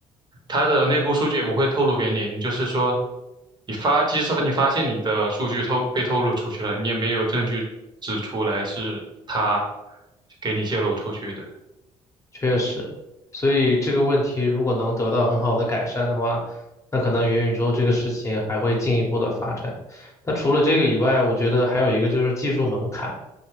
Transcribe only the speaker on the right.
它的内部数据也不会透露给你，你就是说，你发，即使你发现你的数据透被透露出去了，你也没有证据指出来是它给你泄露出去的。